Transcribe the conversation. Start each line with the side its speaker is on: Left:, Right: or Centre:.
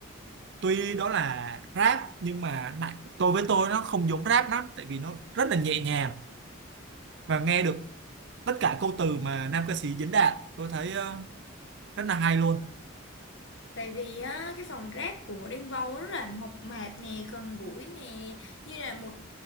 Right: tuy đó là rap nhưng mà đại- tôi với tôi nó không giống rap lắm tại vì nó rất là nhẹ nhàng và nghe được tất cả câu từ mà nam ca sĩ Diễn đạt tôi thấy ờ, rất là hay luôn
Left: Tại vì á, cái phòng rác của Rainbow rất là mộc mạc nè, gần gũi nè, như là một